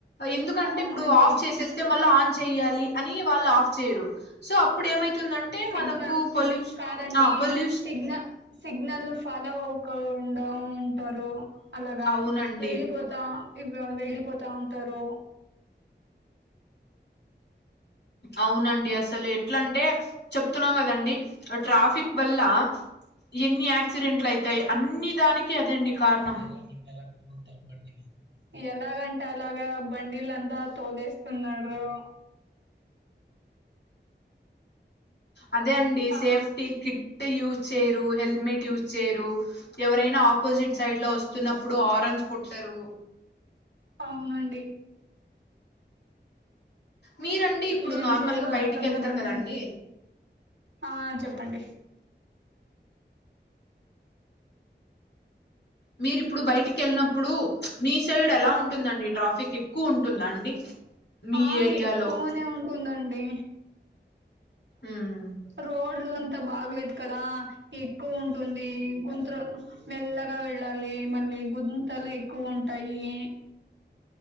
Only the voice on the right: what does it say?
అవునండి
సిగ్నల్
కాదండి
సిగ్నల్ సిగ్నల్ ఫాలో అవకం డ ఉంటరు అలాగా
వెళ్ళిపోతా వెళ్ళిపోతా ఉంటరు
<unintelligible>
ఎలాగంటే అలాగ బండిలంతా తోలేస్తున్నారు
ఆ
అవునండి
ఏం
చేయలో
అర్థంకాదండి
ఆ చెప్పండి
ఆ
ఆ
ఎక్కువనే ఉంటుందండి
రోడ్ అంత బాగలేదు కదా ఎక్కువ ఉంటుంది గుంతలు మెల్లగా గా వెళ్ళాలి మళ్ళీ గుంతలు ఎక్కువ ఉంట వుంటాయి